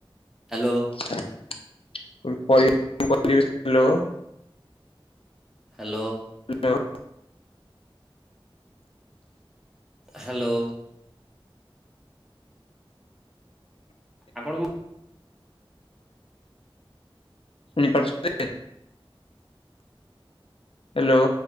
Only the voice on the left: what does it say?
<unintelligible> <inaudible>
<unintelligible>
ଶୁଣିପାରୁଚନ୍ତି? ହାଲୋ।